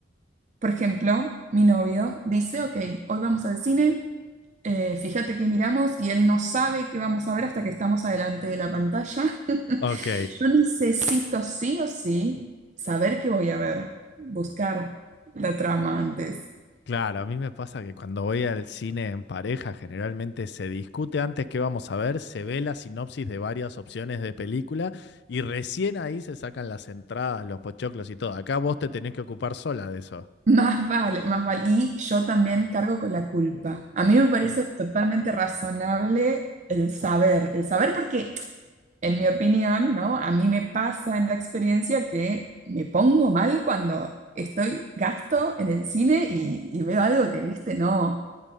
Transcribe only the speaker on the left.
Ok,
claro, a mí me pasa que cuando voy al cine en pareja, generalmente se discute antes qué vamos a ver, se ve la sinopsis de varias opciones de película y recién ahí se sacan las entradas, los pochoclos y todo. Acá vos te tenés que ocupar sola de eso.